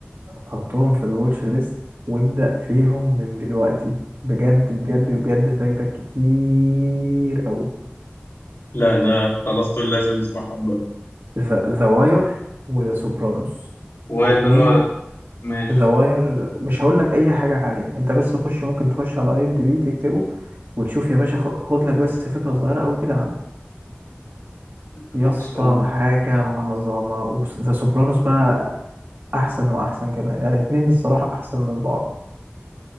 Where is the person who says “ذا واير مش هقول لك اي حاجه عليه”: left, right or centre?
Right